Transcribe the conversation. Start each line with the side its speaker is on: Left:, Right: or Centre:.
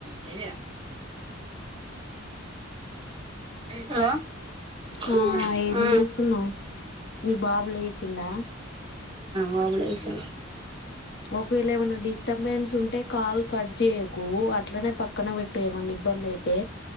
Right: అ hello
Left: ఆ
Right: ఉ
Left: ఏం
Right: ఆ
Left: చేస్తున్నావు మీ బాబు లేచిండా
Right: బాబులేషం
Left: ఒకవేళ ఏమైన్నా డిస్టబెన్స్ ఉంటే కాల్ కట్ చేయకు అట్లనే పక్కన పెట్టు ఏమైన్నా ఇబ్బంది అయితే.